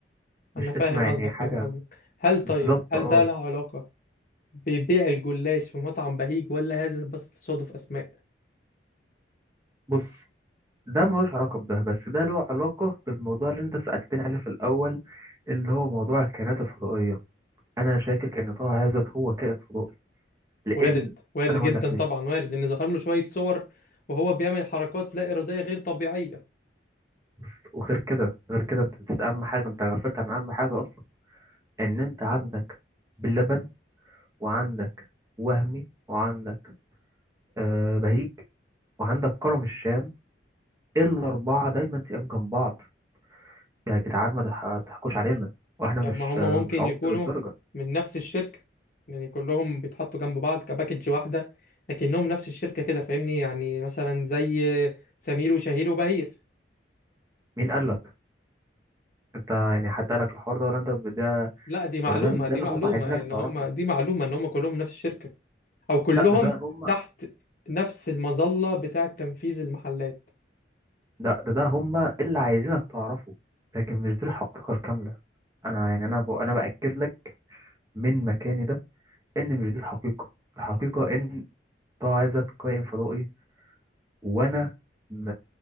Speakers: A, on the right; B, on the left.
A: مش
B: انا فاهم
A: اسم يعني
B: قصدك
A: حاجة
B: فاهم قصدك هل
A: بالظبط
B: طيب هل
A: اه
B: ده له علاقه ببيع الجلاش في مطعم بهيج ولا هذا بس تصادف اسماء
A: بص ده ملوش علاقة بده بس ده له علاقة بالموضوع اللي انت سألتني عليه في الأول اللي هو موضوع الكائنات الفضائية أنا شاكك إن طه هذا هو كائن فضائي لأن
B: وارد وارد
A: أنا هقول
B: جدا
A: لك ليه
B: طبعا وارد ان ظهر له شويه صور وهو بيعمل حركات لا اراديه غير طبيعيه
A: بس وغير كده غير كده أنت نسيت أهم حاجة أنت غفلت عن أهم حاجة أصلا إن أنت عندك باللبن وعندك وهمي وعندك آه بهيج وعندك كرم الشام الأربعة دايما تلاقيهم جنب بعض يا جدعان ما تح- تحكوش علينا واحنا
B: طب
A: مش
B: ما هم
A: آه،
B: ممكن
A: مش عبط
B: يكونوا
A: للدرجة
B: من نفس الشركه يعني كلهم بيتحطوا جنب بعض كباكج واحده لكنهم نفس الشركه كده فاهمني يعني مثلا زي سمير وشهير وبهير
A: مين قال لك انت يعني حد قالك الحوار ده ولا انت ده
B: لا دي معلومه
A: ولا ده, ده
B: دي
A: اللي
B: معلومه
A: هم عايزينك
B: ان
A: تعرفه
B: هم دي معلومه ان هم كلهم نفس الشركه او كلهم
A: لا ده ده هم
B: تحت نفس المظله بتاعه تنفيذ المحلات
A: ده ده, ده هم اللي عايزينك تعرفه لكن مش دي الحقيقة الكاملة انا يعني انا ب... انا باكد لك من مكاني ده ان مش دي الحقيقة الحقيقة ان ده عايزك كائن فضائي وانا م...